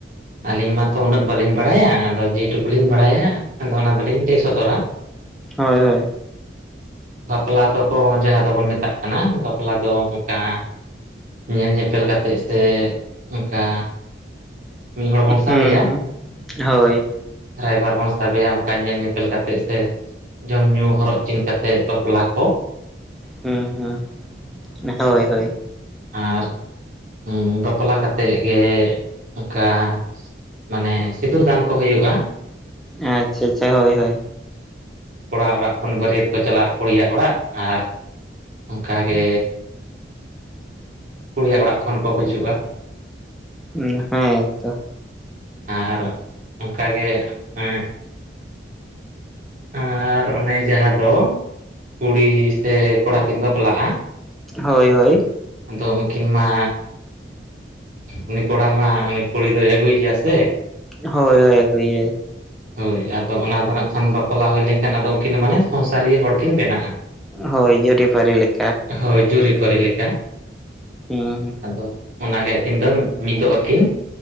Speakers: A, on the right; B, in the centre.
A: ᱟᱹᱞᱤᱧ ᱢᱟᱛᱚ ᱩᱱᱟᱹᱜ ᱵᱟᱹᱞᱤᱧ ᱵᱟᱲᱟᱭᱟ ᱟᱫᱚ ᱡᱮ ᱴᱩᱠᱩᱞᱤᱧ ᱵᱟᱲᱟᱭᱟ ᱟᱫᱚ ᱚᱱᱟ ᱫᱚᱞᱤᱧ ᱞᱟᱹᱭ ᱥᱚᱫᱚᱨᱟ᱾
B: ᱦᱳᱭ ᱦᱳᱭ
A: ᱵᱟᱯᱞᱟ ᱛᱚᱠᱚ ᱡᱟᱦᱟᱸ ᱫᱚᱵᱚᱱ ᱢᱮᱛᱟᱜ ᱠᱟᱱᱟ ᱵᱟᱯᱞᱟ ᱫᱚ ᱚᱝᱠᱟᱼᱼ ᱧᱮᱞ ᱧᱮᱯᱮᱞ ᱠᱟᱛᱮᱜ ᱥᱮ ᱚᱝᱠᱟᱼᱼ ᱢᱤᱫ ᱦᱚᱲ ᱵᱚᱱ ᱥᱟᱵᱮᱭᱟ,
B: ᱦᱩᱸ ᱦᱩᱸ ᱦᱳᱭ
A: ᱨᱟᱭᱵᱟᱨ ᱵᱚᱱ ᱥᱟᱵᱮᱭᱟ ᱚᱝᱠᱟ ᱧᱮᱞ ᱧᱮᱯᱮᱞ ᱠᱟᱛᱮᱜ ᱥᱮᱼᱼ ᱡᱚᱢ ᱧᱩᱸ ᱦᱚᱨᱚᱜ ᱪᱤᱱ ᱠᱟᱛᱮᱜ ᱵᱟᱯᱞᱟ ᱠᱚᱼᱼ
B: ᱦᱩᱸ-ᱦᱩᱸ ᱦᱳᱭ-ᱦᱳᱭ
A: ᱟᱨ ᱩᱸ ᱵᱟᱯᱞᱟ ᱠᱟᱛᱮᱜ ᱜᱮᱼᱼ ᱚᱠᱟ ᱢᱟᱱᱮ ᱥᱤᱸᱫᱩᱨ ᱫᱟᱱ ᱠᱚ ᱦᱩᱭᱩᱜ-ᱟ᱾
B: ᱟᱸᱪᱪᱟ ᱪᱟ ᱦᱳᱭ-ᱦᱳᱭ
A: ᱠᱚᱲᱟ ᱚᱲᱟᱜ ᱠᱷᱚᱱ ᱵᱟᱹᱨᱭᱟᱹᱛ ᱠᱚ ᱪᱟᱞᱟᱜ-ᱟ ᱠᱩᱲᱤᱭᱟᱜ ᱚᱲᱟᱜ, ᱟᱨᱼᱼ ᱚᱝᱠᱟ ᱜᱮᱼᱼ
B: <inaudible>
A: ᱠᱩᱲᱤᱭᱟᱜ ᱚᱲᱟᱜ ᱠᱷᱚᱱ ᱠᱚ ᱦᱟᱹᱡᱩᱜ-ᱟ᱾
B: ᱩᱸ ᱦᱮᱸ ᱛᱚ
A: ᱟᱨ ᱚᱝᱠᱟ ᱜᱮ ᱮᱸᱼᱼ ᱦᱮᱸ ᱟᱨ ᱚᱱᱮ ᱡᱟᱦᱟᱸ ᱫᱚ ᱠᱩᱲᱤ ᱥᱮ ᱠᱚᱲᱟ ᱠᱤᱱ ᱵᱟᱯᱞᱟᱜ-ᱟ᱾
B: ᱦᱳᱭ-ᱦᱳᱭᱼᱼ
A: ᱟᱫᱚ ᱩᱝᱠᱤᱱ ᱢᱟᱼᱼ ᱩᱱᱤ ᱠᱚᱲᱟ ᱢᱟ ᱩᱱᱤ ᱠᱩᱲᱤ ᱫᱚᱭ ᱟᱹᱜᱩᱭᱮᱭ ᱜᱮᱭᱟ ᱥᱮᱼᱼ
B: ᱦᱳᱭ-ᱦᱳᱭ ᱟᱹᱜᱩᱭᱮᱭᱟᱭᱼᱼ
A: ᱦᱳᱭ, ᱟᱫᱚ ᱚᱱᱟ ᱫᱚ ᱱᱟᱦᱟᱜ ᱠᱷᱟᱱ ᱵᱟᱯᱞᱟ ᱦᱩᱭ ᱞᱮᱱᱠᱷᱟᱱ ᱟᱫᱚ ᱩᱝᱠᱤᱱ ᱫᱚ ᱢᱟᱱᱮ ᱥᱚᱝᱥᱟᱨᱤᱭᱟᱹ ᱦᱚᱲᱠᱤᱱ ᱵᱮᱱᱟᱜ-ᱟ᱾
B: ᱦᱳᱭ, ᱡᱩᱨᱤ-ᱯᱟᱹᱨᱤ ᱞᱮᱠᱟ᱾
A: ᱦᱳᱭ, ᱡᱩᱨᱤ-ᱯᱟᱹᱨᱤ ᱞᱮᱠᱟ᱾
B: ᱦᱩᱸ ᱦᱩ
A: ᱟᱫᱚ ᱚᱱᱟᱜᱮ ᱟᱹᱠᱤᱱ ᱫᱚ ᱢᱤᱫᱚᱜ ᱟᱹᱠᱤᱱᱼᱼ